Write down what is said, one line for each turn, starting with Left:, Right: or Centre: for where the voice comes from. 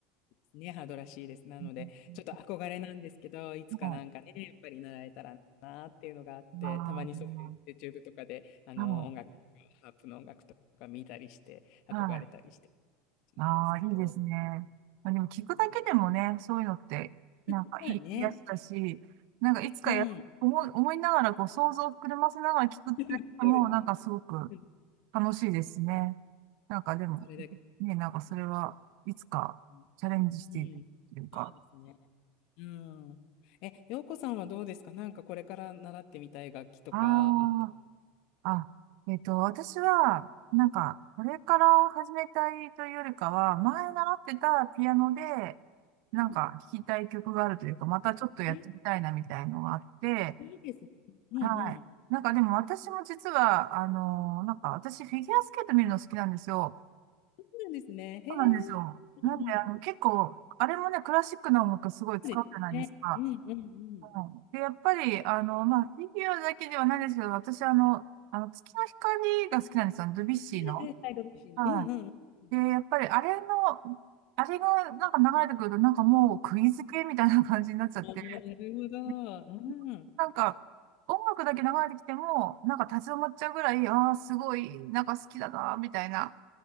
Left: ですね、ハードらしいです。なので、
Right: うん
Left: ちょっと憧れなんですけど、いつかなんかね、
Right: はい。
Left: やっぱり習えたらなっていうのがあって、
Right: ああー、
Left: たまにそういう YouTube とかで、あの、
Right: は
Left: 音楽とか、ハープの音楽とか見たりして、憧れたりして
Right: い。はい。
Left: るんですけど、
Right: ああ、いいですね。まあ、でも聞くだけでもね、
Left: いいんです
Right: そういうのって、
Left: けどまあね、
Right: なんかいい癒やしだし、なんかいつかや、
Left: うん、
Right: 思い、思いながらこう想像を膨らませながら聞くってもうなんかすごく
Left: そうですね。うん、
Right: 楽しいですね。
Left: 確かに、
Right: なんかでも、
Left: それだけ
Right: ね、なんかそれはいつかチャレンジしているというか。
Left: いいかもしれない。うん、そうですね。うん。え、洋子さんはどうですかなんかこれから習ってみたい楽器とかあった。
Right: ああ、あ、えっと、私は、なんか、これから始めたいというよりかは、前習ってたピアノで、なんか弾きたい曲があるというか、
Left: うん
Right: またちょっとやってみたいなみたいのがあって、
Left: え、いいですね。うんうん。
Right: はい。なんかでも私も実は、あのーなんか私フィギュアスケート見るの好きなんですよ。
Left: そうなんですね。へえ。
Right: そうなんですよ。
Left: うんうん。
Right: なんで、あの、結構、あれもね、クラシックの音楽すごい使うじゃないですか。
Left: そうですね。うんうんうん。
Right: うん、で、やっぱり、あの、まあ、フィギュアだけではないですけど、私、あの、あの、月の光が好きなんですよ。ドビュッシーの。
Left: はいはいはい、楽しいの。
Right: は
Left: うんうんうん。
Right: い。で、やっぱりあれの、あれがなんか流れてくると、なんかもう釘付けみたいな感じになっちゃって、
Left: あーなるほど。
Right: で
Left: うん。あ
Right: なんか音楽だけ流れてきても、なんか立ち止まっちゃうぐらい、ああ、すごい、なんか好きだな、みたいな、